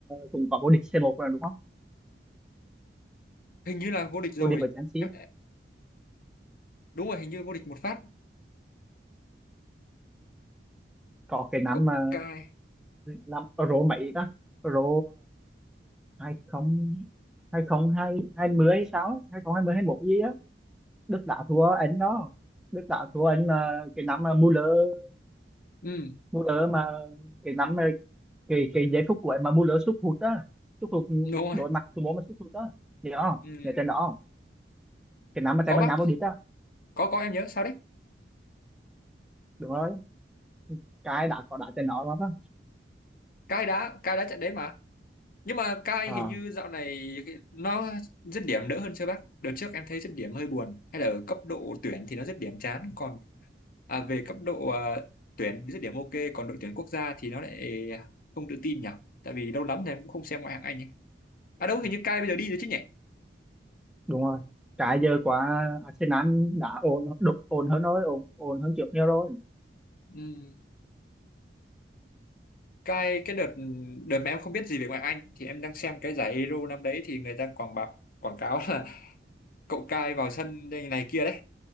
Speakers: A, in the centre; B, on the left (about 55°).
A: cũng có vô địch c một rồi đúng không
B: hình như là vô địch rồi
A: vô địch với Chelsea
B: Em- đúng rồi hình như vô địch một phát
A: có cái năm
B: cậu
A: mà
B: cai
A: năm Euro mấy ta Euro à, hai không hai không hai hai mươi hay sao ấy, hai không hai mươi hai một gì á Đức đã thua anh đó Đức đã thua anh mà cái năm mà Müller
B: ừ
A: Müller mà cái năm mà cái cái giây phút cuối mà Müller sút hụt á sút hụt ừ,
B: đúng rồi
A: đối mặt thủ môn mà sút hụt á gì đó
B: ừ.
A: nhớ trên đó không? cái năm mà
B: có
A: Tây Ban
B: bác
A: Nha vô địch á
B: có có em nhớ sao đấy
A: đúng rồi cái đã có đá trên nó lắm á
B: cai đã cai đã trận đấy mà nhưng mà cai
A: à,
B: hình như dạo này cái- nó dứt điểm đỡ hơn chưa bác đợt trước em thấy dứt điểm hơi buồn hay là ở cấp độ tuyển thì nó dứt điểm chán còn à, về cấp độ à, tuyển dứt điểm ok còn đội tuyển quốc gia thì nó lại không tự tin nhỉ tại vì lâu lắm rồi em cũng không xem ngoại hạng Anh nhỉ à đâu hình như cai bây giờ đi rồi chứ nhỉ
A: đúng rồi cái giờ quá Arsenal đã ổn độ- ổn hơn rồi ổn, ổn hơn trước nhiều rồi
B: ừ. cái cái đợt đợt mà em không biết gì về ngoại Anh thì em đang xem cái giải Euro năm đấy thì người ta quảng bảo quảng cáo là <laughs> cậu Cai vào sân đây này kia đấy